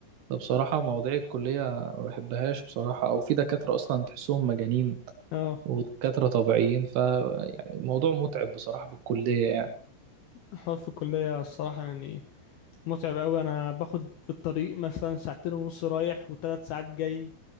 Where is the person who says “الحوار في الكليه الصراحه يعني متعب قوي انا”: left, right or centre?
Left